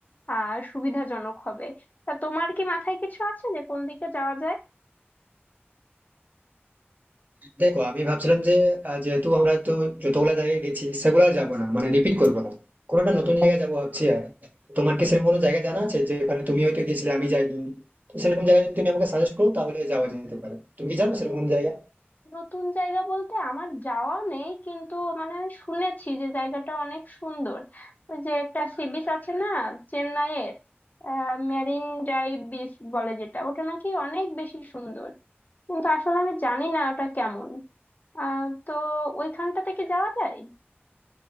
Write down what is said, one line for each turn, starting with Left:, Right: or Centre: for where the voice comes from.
Left: আহ সুবিধাজনক হবে তা তোমার কি মাথায় কিছু আছে যে কোন দিকে যাওয়া
Right: দেখো আমি ভাবছিলাম যে আহ, যেহেতু আমরা তো যতগুলা জায়গায় গেছি সেগুলো আর যাবো না মানে রিপিট করবো না কোনো একটা নতুন জায়গায় যাবো ভাবছি আর তোমার কি সেরকম কোনো জায়গা জানা আছে যে ওখানে তুমি হয়তো গেছিলে আমি যাইনি তো সেরকম জায়গা যদি তুমি আমাকে সাজেস্ট করো তাহলে যাওয়া যেতে পারে তুমি কি জানো সেরকম
Left: যায়
Right: কোনো জায়গা
Left: নতুন জায়গা বলতে আমার যাওয়া নেই কিন্তু মানে আমি শুনেছি যে জায়গাটা অনেক সুন্দর ওই যে একটা সি বিচ আছে না চেন্নাইয়ের মেরিন ড্রাইভ বিচ বলে যেটা ওটা নাকি অনেক বেশি সুন্দর কিন্তু আসলে আমি জানি না ওটা কেমন আহ তো ওইখানটাতে কি যাওয়া যায়